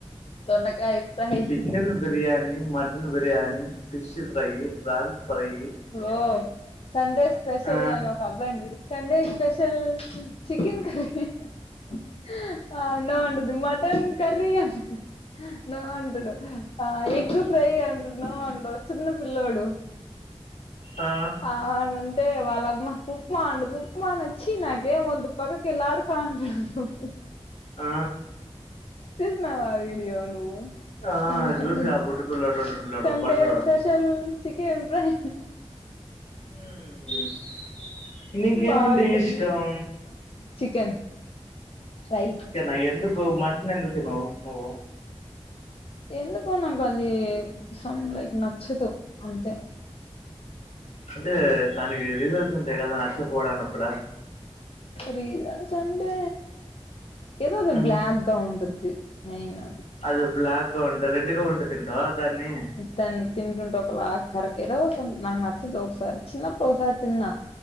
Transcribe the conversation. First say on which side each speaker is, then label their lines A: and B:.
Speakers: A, on the left; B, on the left.
A: దొండకాయ fry
B: chicken biryani mutton biryani fish fry prawns fry
A: ఓ సండే స్పెషల్
B: ఆ
A: నేను సండే స్పెషల్ చికెన్ కర్రీ అహహా అనో వన్నడుతాది ముట్టన్ కర్రీ హాహా నో అంటాడు ఆ ఎగ్ ఫ్రై అంటు నో అండు చిన్న పిల్లోడు
B: ఆ
A: అవునంటే వాళ్ళమ్మ ఉప్మా ఉండదు ఉప్మా నచ్చి నాకే వద్దు పక్క కేళ్ళి ఆడుతా అంటాడు రొయ్
B: ఆ
A: చూసినావా ఆ వీడియో నువ్వు
B: ఆ
A: భలే
B: చూసా
A: ఉంటాది
B: బుడ్డి పిల్లోడు ఉంటున్నాడు
A: సండే
B: బండోడు
A: స్పె షల్ చికెన్ ఫ్రై
B: ఉ మ్మ్ నీకేమంటే
A: బాగుంటుంది
B: ఇష్టం
A: చికెన్ ఫ్రై
B: చికెనా ఎందుకు మటన్ ఎందుకు తినవు ను
A: ఎందుకో నాకు అది సం లైక్ నచ్చదు అంతే
B: అంటే దానికి రీజన్స్ ఉంటాయి కదా నచ్చపోవడానికి కూడా
A: రీజన్స్ అంటే ఏదో అది
B: మ్మ్.
A: బ్లాక్ కా ఉంటుద్ది మెయిన్ అది
B: అది బ్లాక్‌గా ఉంటే రెడ్‌గా ఉంటే తింటావా దాన్ని
A: దాన్ని తింటుంటే ఒకలాగా కర్ ఏదో సం నాకు నచ్చదు ఒకసారి చిన్నప్పుడు ఒకసారి తిన్నా